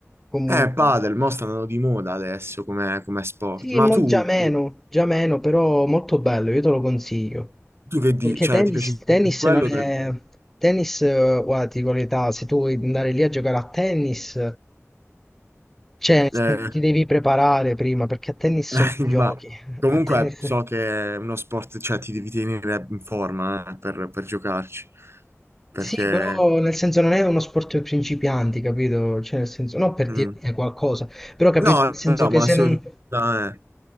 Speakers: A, in the centre; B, on the right (about 55°).
A: comunque.
B: eh, padel, mo stanno di moda adesso come, come sport.
A: Sì,
B: Ma
A: mo
B: tu,
A: già meno, già meno, però molto bello, io te lo consiglio.
B: tu che di,
A: Perché
B: cioè,
A: tennis,
B: ti piace
A: tennis
B: di più quello
A: non è...
B: del-
A: Tennis, eh, guarda, ti dico l'età, se tu vuoi andare lì a giocare a tennis... Cioè,
B: eh,
A: ti devi preparare prima perché a tennis
B: <laughs>
A: non giochi.
B: eh, ma comunque
A: A tennis...
B: so che è uno sport, cioè, ti devi tenere in forma, eh, per, per giocarci. Perché...
A: Sì, però nel senso non è uno sport per principianti, capito? Cioè, nel senso, no per
B: mm.
A: dirti qualcosa, però capito,
B: No,
A: nel senso
B: no,
A: che
B: ma
A: se
B: assolutamente,
A: non,